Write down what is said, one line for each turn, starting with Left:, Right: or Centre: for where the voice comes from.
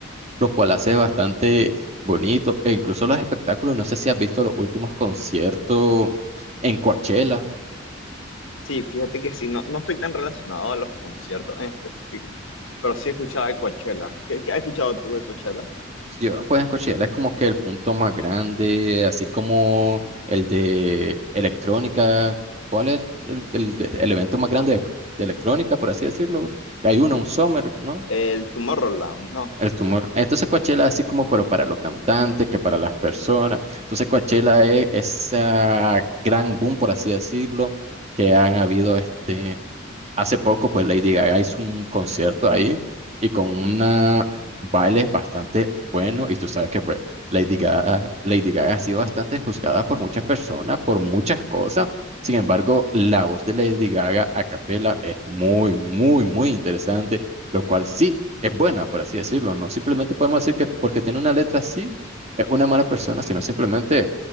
Right: lo cual hace bastante bonito. E incluso los espectáculos, no sé si has visto los últimos conciertos en Coachella.
Left: Sí, fíjate que sí, no, no estoy tan relacionado a los conciertos en específico, pero sí escuchaba de Coachella. ¿Qué, qué has escuchado tú de Coachella?
Right: Yo, pues en Coachella es como que el punto más grande, así como el de electrónica. ¿Cuál es el, el- el evento más grande de, de electrónica, por así decirlo? Que hay uno, un Summer, ¿no?
Left: El Tomorrowland, ¿no?
Right: El tumor. Entonces Coachella así como, pero para los cantantes, que para las personas. Entonces Coachella es esa gran boom, por así decirlo, que han habido este. Hace poco, pues Lady Gaga hizo un concierto ahí y con una baile bastante bueno. Y tú sabes que, pues, Lady Gaga, Lady Gaga ha sido bastante juzgada por muchas personas, por muchas cosas. Sin embargo, la voz de Lady Gaga a capela es muy, muy, muy interesante, lo cual sí es buena, por así decirlo. No simplemente podemos decir que porque tiene una letra así, es una mala persona, sino simplemente